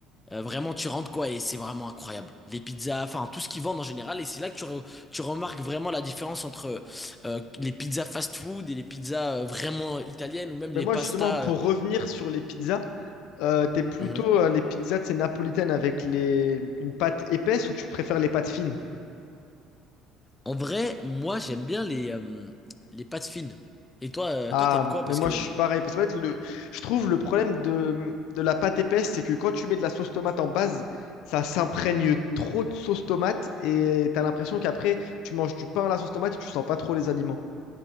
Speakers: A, on the left; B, on the left.
A: euh, vraiment, tu rentres quoi, et c'est vraiment incroyable. Les pizzas, enfin, tout ce qu'ils vendent en général, et c'est là que tu, re- tu remarques vraiment la différence entre euh, les pizzas fast-food et les pizzas euh, vraiment italiennes, ou même
B: Mais
A: les
B: moi,
A: pastas.
B: justement, pour
A: euh,
B: revenir sur les pizzas, euh, t'es plutôt
A: Mhm.
B: euh, les pizzas de ces napolitaines avec les... une pâte épaisse ou tu préfères les pâtes fines?
A: En vrai, moi j'aime bien les, euh, les pâtes fines. Et toi, euh,
B: Ah,
A: toi t'aimes quoi?
B: mais
A: Parce
B: moi,
A: que
B: je
A: euh,
B: suis pareil. Parce que fait, le... je trouve le problème de... de la pâte épaisse, c'est que quand tu mets de la sauce tomate en base, ça s'imprègne trop de sauce tomate et t'as l'impression qu'après, tu manges du pain à la sauce tomate et tu sens pas trop les aliments.